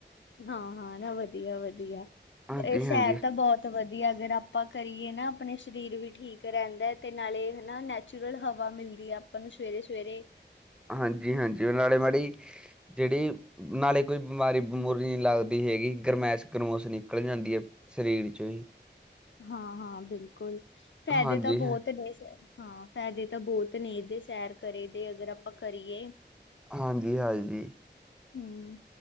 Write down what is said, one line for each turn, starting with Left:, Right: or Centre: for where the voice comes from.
Left: ਹਾਂ -ਹਾਂ ਨਾ ਵਧੀਆ -ਵਧੀਆ
Centre: ਹਾਂਜੀ-ਹਾਂਜੀ,
Left: ਇਹ ਸ਼ਹਿਰ ਤਾਂ ਬਹੁਤ ਤੇ ਵਧੀਆ ਅਗਰ ਆਪਾਂ ਕਰੀਏ ਨਾ ਆਪਣੇ ਸਰੀਰ ਵੀ ਠੀਕ ਰਹਿੰਦਾ ਤੇ ਨਾਲੇ ਹਨਾ ਨੈਚ ਨੇਚੂਰਲ ਹਵਾ ਮਿਲਦੀ ਆ ਆਪਾਂ ਨੂੰ ਸਵੇਰੇ- ਸਵੇਰੇ।
Centre: ਹਾਂਜੀ ਹਾਂਜੀ ਉਹ ਨਾਲੇ ਮਾੜੀ ਜਿਹੜੀ ਨਾਲੇ ਕੋਈ ਬਿਮਾਰੀ ਬਮੂਰੀ ਨਹੀਂ ਲੱਗਦੀ ਹੈਗੀ ਗਰਮਾਇਸ਼ ਗਰਮੋਸ ਨਿਕਲ ਜਾਂਦੀ ਹੈ ਸਰੀਰ 'ਚੋਂ ਹੀ
Left: ਹਾਂ- ਹਾਂ ਬਿਲਕੁਲ ਫਾਇਦੇ
Centre: ਹਾਂਜੀ,
Left: ਤਾਂ ਬਹੁਤ ਨੇ ਸਰ। ਹਾਂ ਫਾਇਦੇ ਤਾਂ ਬਹੁਤ ਨੇ ਇਹਦੇ ਸੈਰ ਕਰੇ ਦੇ ਅਗਰ ਆਪਾਂ ਕਰੀਏ।
Centre: ਹਾਂਜੀ-ਹਾਂਜੀ।
Left: ਹਮ